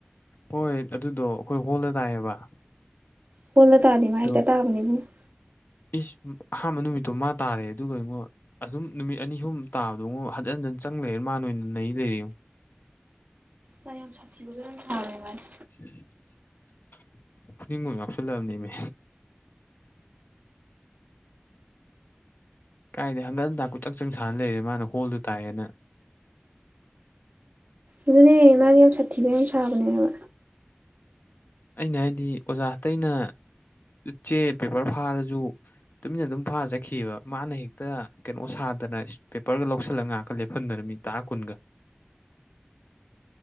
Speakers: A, on the left (about 55°); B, on the right (about 45°).
A: ꯍꯣꯏ ꯑꯗꯨꯗꯣ ꯑꯩꯈꯣꯏ ꯍꯣꯜꯗ ꯇꯥꯏꯌꯦꯕ
B: ꯍꯣꯜꯂ ꯇꯥꯔꯗꯤ ꯃꯥ
A: ꯑꯗꯨ
B: ꯍꯦꯛꯇ ꯇꯥꯕꯅꯦ ꯏꯕꯨꯡꯉꯣ
A: ꯏꯁ ꯎꯝ ꯑꯍꯥꯝꯕ ꯅꯨꯃꯤꯠꯇꯣ ꯃꯥ ꯇꯥꯔꯦ ꯑꯗꯨꯒ ꯑꯩꯉꯣ ꯑꯗꯨꯝ ꯅꯨꯃꯤꯠ ꯑꯅꯤ ꯑꯍꯨꯝ ꯇꯥꯕꯗꯣꯉꯣ ꯍꯟꯖꯤꯟ ꯍꯟꯖꯤꯟ ꯆꯪ ꯂꯩꯔ ꯃꯥꯥꯅ ꯑꯣꯏꯅ ꯅꯩ ꯂꯩꯔꯦꯉꯣ
B: ꯃꯥ ꯌꯥꯝ ꯁꯥꯊꯤꯕꯒ ꯌꯥꯝ ꯁꯥꯕꯅꯦ ꯃꯥꯗꯤ
A: <unintelligible> ꯐꯨꯅꯤꯡꯕꯑꯃ ꯌꯥꯎꯁꯜꯂꯑꯕꯅꯦꯃꯤ ꯀꯥꯏꯗꯩ ꯍꯪꯒꯟ ꯍꯟꯗꯥ ꯀꯣꯏꯆꯪ ꯆꯪ ꯁꯥꯟꯅ ꯂꯩꯔꯦ ꯃꯥꯅ ꯍꯣꯜꯗ ꯇꯥꯏꯑꯦꯅ
B: ꯑꯗꯨꯅꯦ ꯃꯥꯗꯤ ꯌꯥꯝ ꯁꯥꯊꯤꯕ ꯌꯥꯝ ꯁꯥꯕꯅꯦꯕ
A: ꯑꯩꯅ ꯍꯥꯏꯗꯤ ꯑꯣꯖꯥ ꯑꯇꯩꯩꯅ ꯆꯦ ꯄꯦꯄꯔ ꯐꯥꯔꯁꯨ ꯇꯨꯃꯤꯟꯅ ꯑꯗꯨꯝ ꯐꯥꯔ ꯆꯠꯈꯤꯌꯦꯕ ꯃꯥꯅ ꯍꯦꯛꯇ ꯀꯩꯅꯣ ꯁꯥꯗꯅ ꯏꯁ ꯄꯦꯄꯔꯒ ꯂꯧꯁꯜꯂꯒ ꯉꯥꯛꯍꯥꯛꯀ ꯂꯦꯞꯐꯟꯗꯅ ꯃꯤꯅꯤꯠ__ ꯇꯔꯥ ꯀꯨꯟꯒ